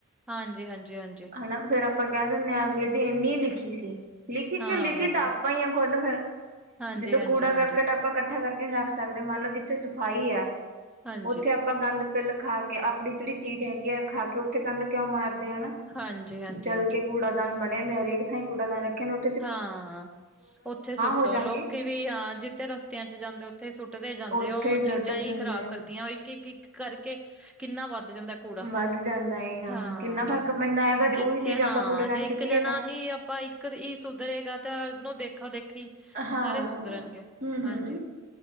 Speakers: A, in the centre; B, on the right (about 40°).
A: ਹਾਂਜੀ, ਹਾਂਜੀ- ਹਾਂਜੀ।
B: ਹਨਾ, ਫੇਰ ਆਪਾਂ, ਕਹਿ ਦਿੰਦੇ ਹਾਂ। ਵੀ ਇਹਦੀ ਇੰਨੀ ਲਿਖੀ ਸੀ। ਲਿਖੀ ਕਿਉਂ,
A: ਹਾਂ।
B: ਲਿਖਿ ਤਾ ਆਪ। ਪਾਇਆ ਖੁੱਦ ਫੇਰ,
A: ਹਾਂਜੀ-ਹਾਂਜੀ-ਹਾਂਜੀ,
B: ਜਦੋਂ ਕੂੜਾ ਕਰਕਟ ਆਪਾਂ। ਕੱ- ਇਕੱਠਾ ਕਰਕੇ, ਰੱਖ ਸਕਦੇ। ਮੰਨ ਲਓ ਜਿੱਥੇ, ਸਫਾਈ ਹੈ।
A: ਹਾਂਜੀ,
B: ਉੱਥੇ। ਆਪਾਂ ਗੰਦ ਪਿੱਲ ਖਾ ਕੇ ਆਪਣੀ ਜਿਹੜੀ ਚੀਜ਼ ਹੈਗੀ ਹੈ ਖਾ ਕੇ ਉੱਥੇ ਗੰਦ ਕਿਉਂ ਮਾਰਦੇ ਹਨਾ
A: ਹਾਂਜੀ-ਹਾਂਜੀ-ਹਾਂਜੀ।
B: ਜਦਕ ਕੂੜਾਦਾਨ ਬਣੇ ਹੁੰਦੇ ਹਰੇਕ ਥਾਈਂ ਕੂੜਾਦਾਨ ਰੱਖੇਦੇ
A: ਹਾਂ ਉੱਥੇ ਸੁੱਟੋ
B: ਹੋ ਜਾਂਗੇ
A: ਲੋਕੀ ਵੀ ਹਾਂ ਜਿੱਥੇ ਰਸਤਿਆਂ ਚ ਜਾਂਦੇ ਉੱਥੇ ਸੁੱਟਦੇ ਜਾਂਦੇ।
B: ਉੱਥੇ
A: ਉਹ
B: ਸੁੱਟ
A: ਚੀਜ਼ਾਂ
B: ਦਿੰਦੇ
A: ਹੀ, ਖ਼ਰਾਬ
B: ਆ।
A: ਕਰਦੀਆਂ। ਉਹ ਇੱਕ, ਇੱਕ, ਇੱਕ, ਕਰਕੇ ਕਿੰਨਾ ਵੱਧ ਜਾਂਦਾ। ਕੂੜਾ,
B: ਵੱਧ ਜਾਂਦਾ ਏ
A: ਹਾਂ।
B: ਕਿੰਨਾ ਫ਼ਰਕ ਪੈਂਦਾ ਹੈਗਾ ਜੇ
A: ਜਿੱਥੇ,
B: ਉਹੀ ਚੀਜ਼
A: ਹਾਂ।
B: ਆਪਾਂ ਕੂੜੇਦਾਨ
A: ਜੇ
B: ਸਿੱਟੀਏ
A: ਇੱਕ ਜਾਣਾ
B: ਤਾਂ
A: ਹੀ। ਭਾਈ, ਇੱਕ ਹੀ ਸੁਧਰੇਗਾ, ਤੇ ਇਹਨੂੰ ਦੇਖਾ- ਦੇਖੀ।
B: ਹਾਂ।
A: ਸਾਰੇ ਸੁਧਰਨਗੇ
B: ਹੂੰ- ਹੂੰ।
A: ਹਾਂਜੀ